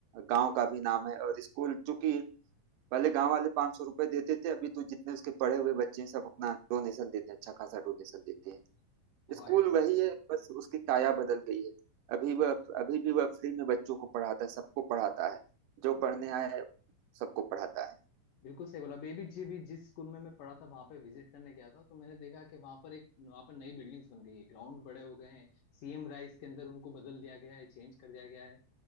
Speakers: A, on the right (about 75°); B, on the left (about 75°).
A: गांव का भी नाम है और स्कूल चूंकि पहले गांव वाले पांच सौ रुपए देते थे अभी तो जितने उसके पढ़े हुए बच्चे हैं सब अपना डोनेशन देते हैं अच्छा खासा डोनेशन देते हैं
B: है।
A: स्कूल
B: हाँ यार ये
A: वही है बस उसकी
B: हम्म
A: काया बदल गई है अभी वह
B: बहुत बढ़िया
A: अभी भी वह फ्री में बच्चों को पढ़ाता है सबको पढ़ाता है जो
B: हम्म
A: पढ़ने आए सबको पढ़ाता है
B: बिल्कुल सही बोला बेबी जी भी जिस स्कूल में मैं पढ़ा था वहां पे विजिट करने गया था तो मैंने देखा कि वहां पर एक वहां पर नई बिल्डिंग्स बन गई है ग्राउंड बड़े हो गए हैं सीएम राइस के अंदर उनको बदल दिया गया है चेंज कर दिया गया है